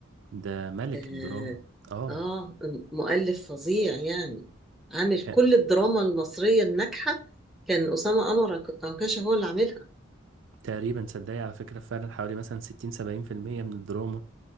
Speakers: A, on the right; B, in the centre.
A: ده ملك
B: آه,
A: الدراما اه
B: آه مؤلف فظيع يعني عامل كل
A: يا-
B: الدراما المصرية الناجحة كان أسامة أنور عك- عكاشة هو اللي عاملها
A: تقريبا صدقني على فكرة فعلا حوالي مثلا ستين سبعين في المية من الدراما